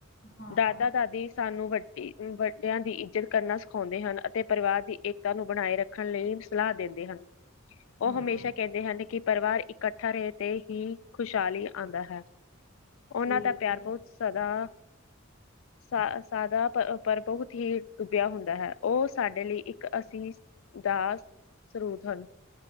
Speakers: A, on the left; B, on the left.
A: ਹਾਂ
B: ਦਾਦਾ ਦਾਦੀ, ਸਾਨੂੰ ਵੱਡੀ ਵੱਡਿਆਂ ਦੀ ਇੱਜਤ ਕਰਨਾ ਸਿਖਾਦੇ ਹਨ ਅਤੇ ਪਰਿਵਾਰ ਦੀ ਇੱਕ ਨੂੰ ਬਣਾਏ ਰੱਖਣ ਲਈ ਸਲਾਹ ਦਿੰਦੇ ਹਨ ਉਹ
A: ਹੂੰ
B: ਹਮੇਸ਼ਾ ਕਹਿੰਦੇ ਹਨ ਕਿ ਪਰਿਵਾਰ ਇਕੱਠਾ ਰਹੇ ਤੇ ਹੀ ਖੁਸ਼ਹਾਲੀ ਆਂਦਾ ਹੈ। ਉਹਨਾਂ
A: ਠੀਕ
B: ਦਾ ਪਿਆਰ
A: ਹੈ
B: ਬਹੁਤ ਸਦਾ, ਸਾ ਸਾਦਾ ਪਰਵ ਬਹੁਤ ਹੀ ਡੁੱਬਿਆ ਹੁੰਦਾ ਹੈ ਉਹ ਸਾਡੇ ਲਈ ਇੱਕ ਅਸੀ ਦਾਸ ਸਰੂਤ ਹਨ